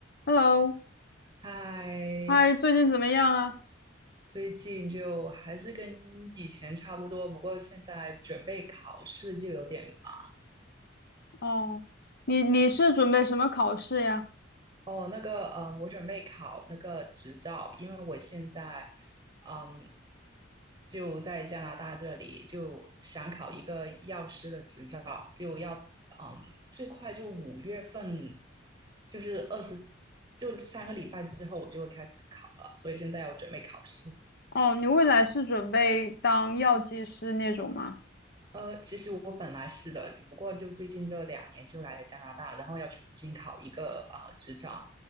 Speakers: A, on the left (about 55°); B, on the right (about 25°).
A: Hello，
B: 嗨，
A: 嗨，最近怎么样啊？
B: 最近就还是跟以前差不多，不过现在准备考试就有点忙。
A: 哦，你你是准备什么考试呀？
B: 哦，那个，呃，我准备考那个执照，因为我现在，嗯，就在加拿大这里，就想考一个药师的执照，就要，嗯，最快就五月份，就是二十，就三个礼拜之后我就会开始考了，所以现在要准备考试。
A: 哦，你未来是准备当药剂师那种吗？
B: 呃，其实我本来是的，只不过就最近这两年就来了加拿大，然后要重新考一个呃执照